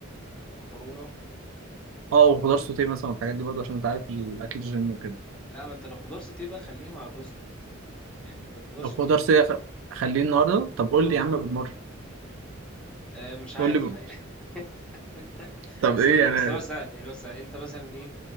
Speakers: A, in the centre; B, on the right.
A: آه، مكرونه
B: أه وخضار سوتيه مثلا والحاجات دي برضه عشان أنت عارف الأكل الجيم وكده
A: لا ما انت لو خضار سوتيه بقى خليها مع الرز النهارده يعني انت الخضار
B: لو
A: سوتيه
B: خضار سوتيه خ- خليه النهاردة طب قول
A: اه
B: لي يا
A: خليه
B: عم بالمرة
A: النهارده آه مش عارف
B: قول لي ب-
A: الحقيقه <laughs>
B: طب
A: استنى
B: إيه أنا
A: بس هو سهل يعني هو سهل انت مثلا ايه